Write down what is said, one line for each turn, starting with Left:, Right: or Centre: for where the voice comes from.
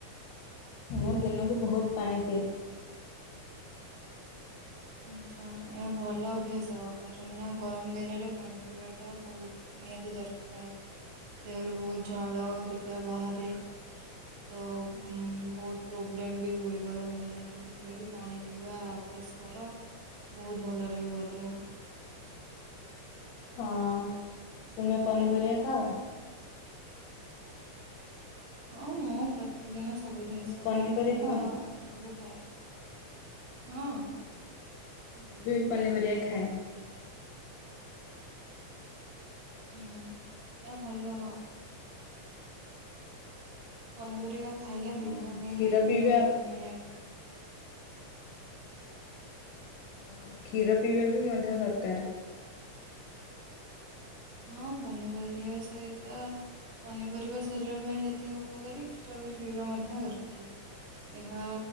Left: ମୁଁ ଦିନକୁ ବହୁତ ପାଣି ପିଏ।
Right: ଆଚ୍ଛା ଏହା ଭଲ ଅଭ୍ୟାସ କାରଣ ନା ଗରମ ଦିନରେ ପାଣି ପିଇବାଟା ବହୁତ ନିହାତି ଦରକାର ଦେହରୁ ବହୁତ ଝାଳ ହେରିକା ବାହାରେ। ତ ଉ ବହୁତ ପ୍ରୋବ୍ଲେମ ବି ହୁଏ ଗରମ ଦିନରେ ତ ସେଥିଲାଗି ପାଣି ପିଇବା ଅଭ୍ୟାସ କର ବହୁତ ଭଲ ରହିବ ଦେହ।
Left: ହଁ ତୁମେ ପନିପରିବା ଖାଅ?
Right: ହଁ ମୁଁ ପ୍ରତିଦିନ ସବୁ ଜିନିଷ
Left: ତୁମେ
Right: ପନିପରିବା
Left: ଖାଅ ନା?
Right: ସବୁ ଖାଏ। ହଁ।
Left: ମୁ ବି ପନିପରିବା ଖାଏ।
Right: ହୁଁ ଏହା ଭଲ। ପନିପରିବା ଖାଇଲେ
Left: ହଁ
Right: ଭିଟାମିିନ୍
Left: କ୍ଷୀର ପିଇବା
Right: ହେରିକା ମିଳେ।
Left: ହଁ କ୍ଷୀର ପିଇବା ବି ମଧ୍ୟ ଦରକାର।
Right: ହଁ ପନିପରିବା ସହିତ ପନିପରିବା ଶରୀର ପାଇଁ ଯେତିକି ଉପକାରୀ କ୍ଷୀର ବି ପିଇବା ମଧ୍ୟ ଦରକାର। ଏହା